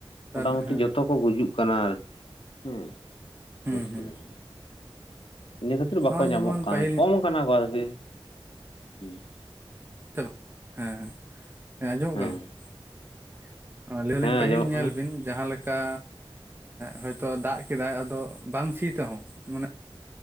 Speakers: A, on the left; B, on the right.
A: ᱢᱚᱴ
B: ᱨᱟᱱ
A: ᱢᱩᱴᱤ
B: ᱦᱮᱸ
A: ᱡᱚᱛᱚ ᱠᱚ ᱜᱩᱡᱩᱜ ᱠᱟᱱᱟ ᱟᱨᱠᱤ ᱦᱮᱸ
B: ᱦᱩᱸ
A: ᱵᱩᱥ
B: ᱦᱩᱸ
A: ᱠᱮᱫᱟᱵᱤᱱ ᱾ ᱤᱱᱟᱹ ᱠᱷᱟᱹᱛᱤᱨ ᱵᱟᱠᱚ
B: ᱱᱚᱜᱼᱚᱭ
A: ᱧᱟᱢᱚᱜ
B: ᱡᱮᱢᱚᱱ
A: ᱠᱟᱱᱟ,
B: ᱯᱟᱹᱦᱤᱞ
A: ᱠᱚᱢ ᱠᱟᱱᱟ ᱠᱚ ᱟᱨᱠᱮ ᱦᱩᱸ ᱾
B: <inaudible> ᱦᱮᱸ ᱟᱸᱡᱚᱢᱚᱜ
A: ᱦᱮᱸ
B: ᱠᱟᱱᱟ ᱾ ᱞᱟᱹᱭ ᱫᱟᱞᱤᱧ
A: ᱦᱮᱸ
B: ᱯᱟᱹᱦᱤᱞ
A: ᱟᱸᱡᱚᱢᱚᱜ
B: ᱧᱮᱞ
A: ᱠᱟᱱᱟ
B: ᱵᱤᱱ ᱡᱟᱦᱟᱸᱞᱮᱠᱟ ᱦᱳᱭ ᱛᱚ ᱫᱟᱜ ᱠᱮᱫᱟᱭ ᱟᱫᱚ ᱵᱟᱝ ᱥᱤ ᱛᱮᱦᱚᱸ ᱢᱟᱱᱮ